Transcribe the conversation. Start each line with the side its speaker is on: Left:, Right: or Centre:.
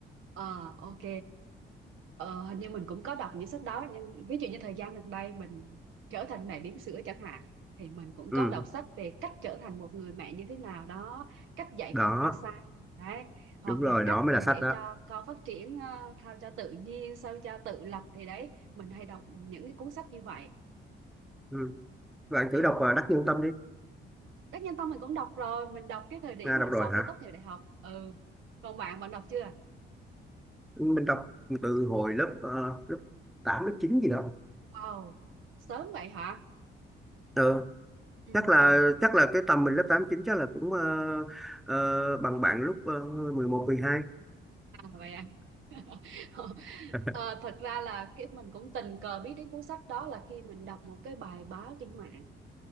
Right: Ờ, ok. Ờ, hình như mình cũng có đọc những sách đó nhưng ví dụ như thời gian gần đây mình trở thành mẹ bỉm sữa chẳng hạn thì mình cũng
Centre: ừ,
Right: có đọc sách về cách trở thành một người mẹ như thế nào đó cách dạy
Centre: đó
Right: con ra sao đấy hoặc
Centre: đúng rồi
Right: là cách
Centre: đó mới
Right: mà
Centre: là
Right: để
Centre: sách đó
Right: cho con phát triển ờ, sao cho tự nhiên sao cho tự lập thì đấy mình hay đọc những cái cuốn sách như vậy
Centre: ừ. bạn
Right: ừ.
Centre: thử đọc uh, Đắc Nhân Tâm đi
Right: Đắc Nhân Tông mình cũng đọc rồi mình đọc cái thời điểm
Centre: à, đọc
Right: mà sau
Centre: rồi
Right: khi
Centre: hả
Right: tốt nghiệp đại học ừ còn bạn bạn đọc chưa
Centre: mình đọc từ hồi lớp ờ, lớp 8 lớp 9 gì đó
Right: wow sớm vậy hả
Centre: Ờ,
Right: ừ,
Centre: chắc là
Right: ừ.
Centre: chắc là cái tầm mình lớp tám chín chắc là cũng ờ, ờ, bằng bạn lúc uh, 11 12
Right: À, vậy à. <laughs>
Centre: <laughs>
Right: Ờ, thật ra là cái mình cũng tình cờ biết đến cuốn sách đó là khi mình đọc một cái bài báo trên mạng.